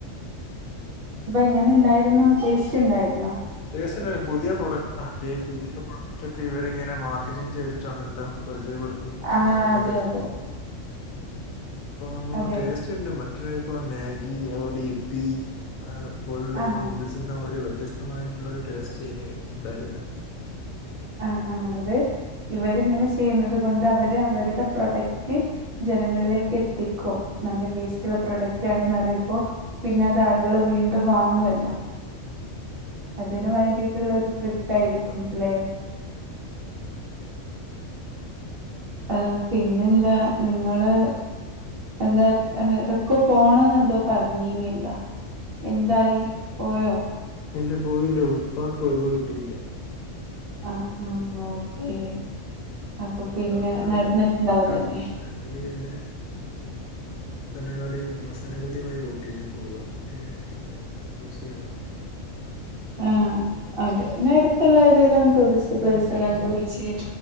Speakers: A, on the right; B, on the left.
A: ദെങ്ങനെണ്ടായിരുന്നു, ടേസ്റ്റ്ണ്ടായിര്ന്നോ?
B: ടേസ്റ്റെന്താറിയോ പുതിയ പ്രോഡക്ടാടാ, <unintelligible> പുതിയ പ്രോഡക് ഇതൊക്കെ ഇവരിങ്ങനെ മാർക്കറ്റിംഗ് ചെയ്തിട്ടാണ് എല്ലാം പരിചയപ്പെടുത്തുന്നത്. കസ്റ്റമറിനൊക്കെ
A: ആഹ്, അതെ അതെ.
B: ഇപ്പം
A: അതെ
B: ടേസ്റ്റ് ഉണ്ട്, മറ്റൊരു ടൈപ്പ് മാഗ്ഗി അതുപോലെ യിപ്പി ആഹ്' <unintelligible>
A: ആഹ്
B: 'നൂഡിൽസ്ൻ്റെ മായിരി വ്യത്യസ്തമായിട്ടുള്ളൊരു ടേസ്റ്റേനി അഅ് ഉണ്ടായിരുന്നെ.
A: ആഹ് ആഹ് അത് ഇവരിങ്ങനെ ചെയ്യുന്നത് കൊണ്ട് അവര് അവരുടെ പ്രൊഡക്റ്റ് ജനങ്ങൾലേക്ക് എത്തിക്കും. നല്ല ടേസ്റ്റ്ള്ള പ്രൊഡക്റ്റ് ആണെന്നറിയുമ്പോ പിന്നതാളുകള് വീണ്ടും വാങ്ങുവല്ലോ.
B: <inaudible>
A: അതിന്
B: അതെ
A: വേണ്ടീട്ട്ള്ളൊരു
B: അതെ
A: ട്രിക്കായിരിക്കും. ല്ലേ?
B: <inaudible>
A: ആഹ്, പിന്നെന്താ നിങ്ങള്. എന്താ ഹെ എട്ക്കോ പോണംന്നെന്തോ പറഞ്ഞീന്യല്ലോ? എന്തായി, പോയോ?
B: ഇല്ല, പോയില്ല. ഉപ്പാക്ക് ഒഴിവ് കിട്ടീല്ല്യ.
A: ആഹ് ആഹ് ഓക്കെ അപ്പൊ
B: രണ്ട്
A: പിന്നെ
B: ഓപ്ഷനാണ്
A: നടന്നിട്ടുണ്ടാവില്ലല്ലെ.
B: ഉള്ളത്. വയനാട് പോവാ, പിന്നെ, മസനകുടി മസനകുടി വഴി ഊ ട്ടിലേക്ക് പോവാ ഇതിലേതോ ഒന്ന് ചൂസ് ചെയ്യണം.
A: ആഹ് അതെ, ന്നാ അടുത്തുള്ള ഏതെലും ടൂറിസ്റ്റ് പ്ലേസ്ല് കണ്ട് പിടിച്ച്